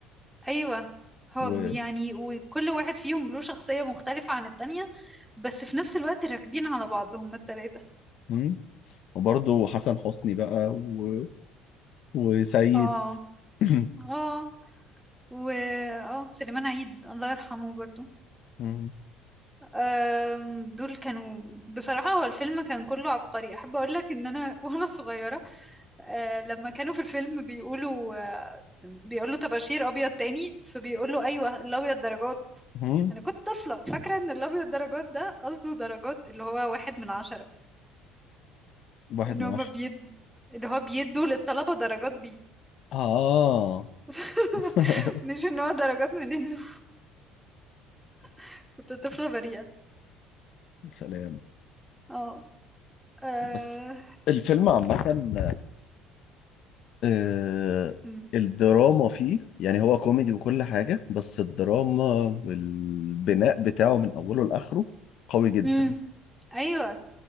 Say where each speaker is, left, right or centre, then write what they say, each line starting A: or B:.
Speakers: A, in the centre; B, on the left.
A: ايوه هو
B: و...
A: م- يعني وكل واحد فيهم له شخصية مختلفة عن التانية بس في نفس الوقت راكبين على بعض هما التلاتة
B: مم. وبرضه حسن حسني بقى و... وسيد
A: اه
B: <clears throat>
A: اه و اه سليمان عيد الله يرحمه برضو
B: مم.
A: أم، دول كانوا بصراحة هو الفيلم كان كله عبقري احب اقول لك ان انا <laughs> وانا صغيرة آه، لما كانوا في الفيلم بيقولوا آه، بيقولوا طباشير ابيض تاني فبيقولوا ايوه الابيض درجات
B: مم.
A: انا كنت طفله فاكره ان الابيض درجات ده قصده درجات اللي هو واحد من عشرة
B: واحد
A: ان
B: من
A: هما
B: عشرة
A: بيد ان هو بيدوا للطلبه درجات بيه
B: آه
A: <laughs>
B: <laughs>
A: مش ان هو درجات من انه <laughs> كنت طفله بريئه
B: سلام
A: اه آه،
B: بس الفيلم عامة آه،
A: أمم.
B: الدراما فيه يعني هو كوميدي وكل حاجة بس الدراما والبناء بتاعه من أوله لآخره قوي جدا
A: أمم. ايوه